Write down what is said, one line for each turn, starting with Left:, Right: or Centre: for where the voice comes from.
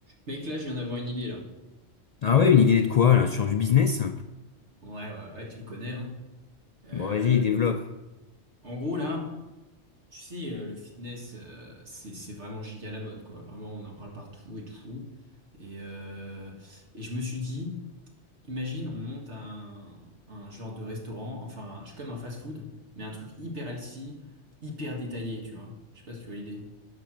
Right: Mec, là, je viens d'avoir une idée, là.
Left: Ah ouais, une idée de quoi là? Sur du business?
Right: Ouais, ouais, ouais, tu me connais, hein. Euh,
Left: Bon, vas-y, développe.
Right: en gros, là, tu sais, euh, le fitness, euh, c'est, c'est vraiment giga la mode, quoi. Vraiment, on en parle partout et tout. Et, euh, et je me suis dit, imagine, on monte un, un genre de restaurant, enfin, je suis comme un fast-food, mais un truc hyper healthy, hyper détaillé, tu vois. Je sais pas si tu vois l'idée.